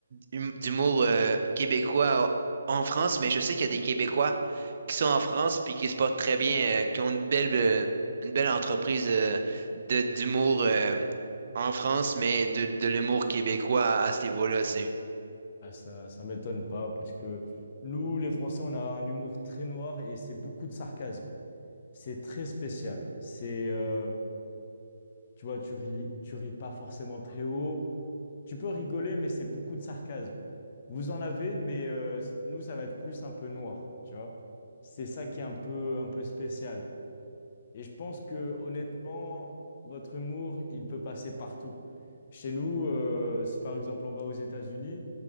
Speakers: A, on the right; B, on the left.
A: d'hum- d'humour euh, québécois en en France, mais je sais qu'il y a des Québécois qui sont en France puis qui se portent très bien, euh, qui ont une belle, euh, une belle entreprise euh, de, d'humour euh, en France, mais de, de l'humour québécois à, à ce niveau-là, c'est.
B: ah, ça, ça m'étonne pas parce que nous, les Français, on a un humour très noir et c'est beaucoup de sarcasme. C'est très spécial. C'est, euh, tu vois, tu ris, tu ris pas forcément très haut. Tu peux rigoler, mais c'est beaucoup de sarcasme. Vous en avez, mais euh, nous, ça va être plus un peu noir, tu vois. C'est ça qui est un peu, un peu spécial. Et je pense que honnêtement, votre humour, il peut passer partout. Chez nous, euh, si par exemple on va aux États-Unis,